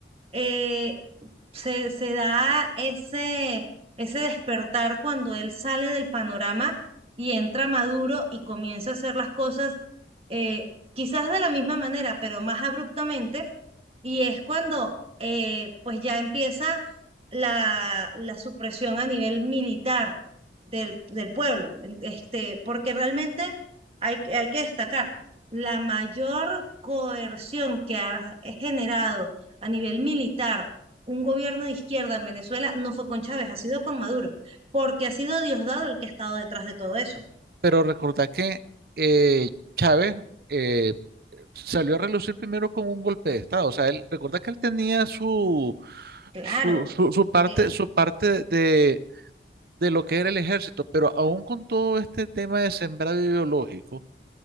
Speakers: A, on the right (about 35°); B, on the right (about 55°).
A: eh, se, se da ese, ese despertar cuando él sale del panorama y entra Maduro y comienza a hacer las cosas eh, quizás de la misma manera, pero más abruptamente, y es cuando eh, pues ya empieza la, la supresión a nivel militar del, del pueblo, en- este, porque realmente hay, que- hay que destacar la mayor coerción que ha generado a nivel militar un gobierno de izquierda en Venezuela no fue con Chávez, ha sido con Maduro, porque ha sido Diosdado el que ha estado detrás de todo eso.
B: Pero recordá que eh, Chávez eh, salió a relucir primero con un golpe de Estado. O sea, él, recuerda que él tenía su,
A: Claro,
B: su, su, su parte,
A: eh,
B: su parte de, de lo que era el ejército, pero aún con todo este tema de sembrado ideológico,